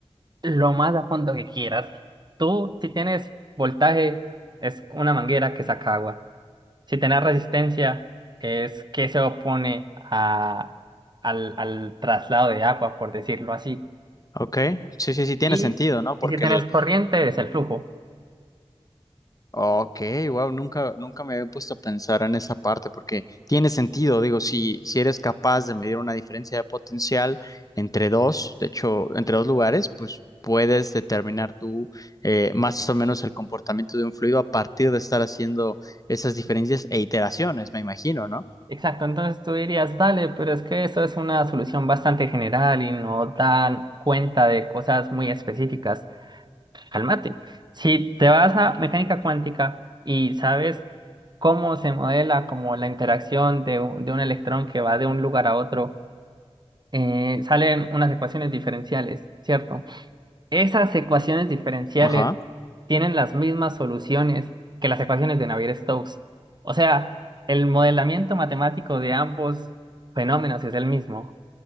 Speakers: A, on the right; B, on the left.
A: Lo más a fondo que quieras. Tú, si tienes voltaje, es una manguera que saca agua. Si tienes resistencia, es que se opone a, al, al traslado de agua, por decirlo así.
B: ok, sí, sí, sí, tiene
A: Y,
B: sentido, ¿no?
A: y
B: Porque
A: si tienes
B: el,
A: corriente, es el flujo.
B: ok, wow, nunca, nunca me había puesto a pensar en esa parte, porque tiene sentido, digo, si, si eres capaz de medir una diferencia de potencial entre dos, de hecho, entre dos lugares, pues puedes determinar tú eh, más o menos el comportamiento de un fluido a partir de estar haciendo esas diferencias e iteraciones, me imagino, ¿no?
A: Exacto, entonces tú dirías, dale, pero es que eso es una solución bastante general y no dan cuenta de cosas muy específicas. Cálmate. Si te vas a mecánica cuántica y sabes cómo se modela como la interacción de, u- de un electrón que va de un lugar a otro, eh, salen unas ecuaciones diferenciales, ¿cierto? Esas ecuaciones diferenciales
B: Ajá.
A: tienen las mismas soluciones que las ecuaciones de Navier-Stokes. O sea, el modelamiento matemático de ambos fenómenos es el mismo.